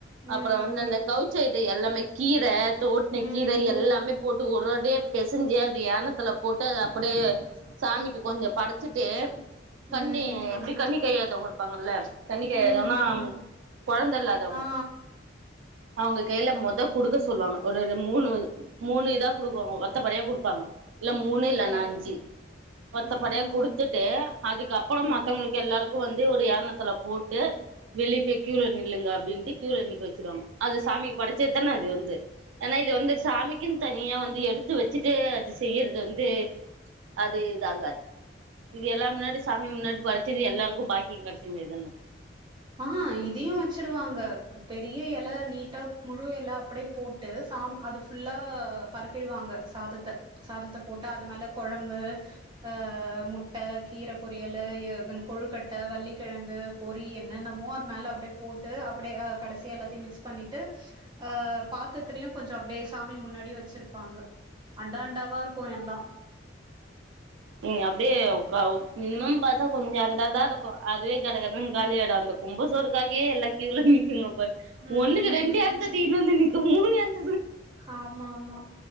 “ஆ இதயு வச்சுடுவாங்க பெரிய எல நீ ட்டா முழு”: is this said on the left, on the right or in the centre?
Right